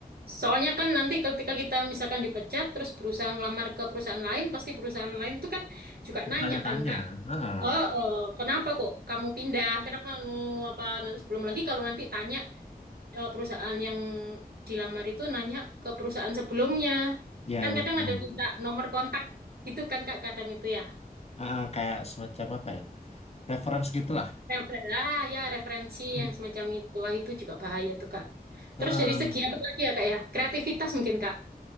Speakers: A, on the right (about 75°); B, on the left (about 40°).
A: Soalnya kan nanti ketika kita misalkan dipecat terus berusaha ngelamar ke perusahaan lain, pasti perusahaan lain itu kan juga
B: Bertanya-tanya,
A: nanya kan Kak,
B: ah,
A: oh, oh, kenapa kok kamu pindah? Kenapa nu apa? Nanti belum lagi kalau nanti tanya eh, perusahaan yang dilamar itu nanya ke perusahaan sebelumnya,
B: ya
A: kan
B: betul,
A: kadang ada minta nomor kontak gitu kan Kak, kadang itu ya
B: ah, kayak semacam apa ya, reference gitulah.
A: referensi, ah, ya referensi
B: Hmm.
A: yang semacam itu, Wah, itu juga bahaya tuh Kak. Terus
B: Heeh,
A: dari segi apa lagi ya Kak ya? Kreativitas mungkin Kak.